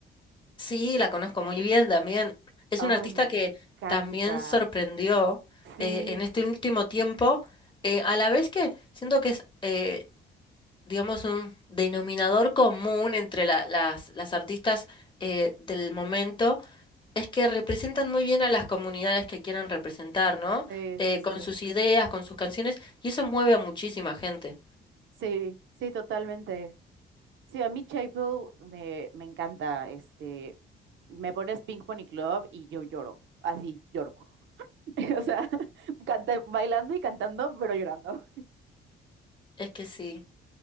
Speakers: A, on the left; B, on the right.
A: Sí, la conozco muy bien también. Es una
B: Ay,
A: artista
B: me
A: que
B: encanta.
A: también sorprendió
B: Sí,
A: eh, en este último tiempo, eh, a la vez que siento que es, eh, digamos, un denominador común entre la- las, las artistas eh, del momento, es que representan muy bien a las comunidades que quieren representar, ¿no?
B: sí,
A: Eh,
B: sí, sí.
A: con sus ideas, con sus canciones, y eso mueve a muchísima gente.
B: Sí, sí, totalmente. Sí, a mí Chapel me, me encanta. Este, me pones Pink Pony Club y yo lloro. Así, lloro. <laughs> O sea, canta- bailando y cantando, pero llorando.
A: Es que sí.